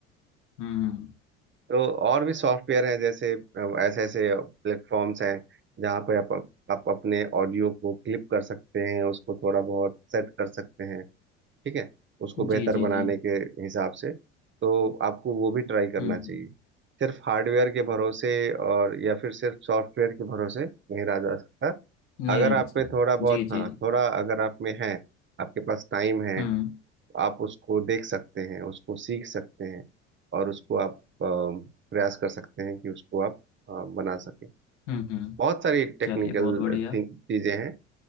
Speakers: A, on the left; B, on the right.
A: हम्म
B: तो और भी सॉफ्टवेयर हैं जैसे अ, ऐसे ऐसे प्लेटफॉर्म्स हैं जहाँ पे आप आप अपने ऑडियो को क्लिप कर सकते हैं उसको थोड़ा बहुत सेट कर सकते हैं ठीक है उसको बेहतर
A: जी जी
B: बनाने
A: जी
B: के हिसाब से तो आपको वो भी ट्राई करना
A: हम्म हम्म,
B: चाहिए सिर्फ हार्डवेयर के भरोसे और या फिर सिर्फ सॉफ्टवेयर के भरोसे नहीं रहा जा सकता
A: नहीं
B: अगर
A: रहना
B: आप
A: चाहिए
B: में थोड़ा बहुत
A: जी जी
B: हाँ
A: जी
B: थोड़ा अगर आप में है आपके पास टाइम है
A: हम्म
B: तो आप उसको देख सकते हैं उसको सीख सकते हैं और उसको आप अ, प्रयास कर सकते हैं कि उसको आप अ, बना सके
A: हम्म हम्म
B: बहुत सारी टेक्निकल
A: चलिए बहुत बढ़िया
B: चीजें हैं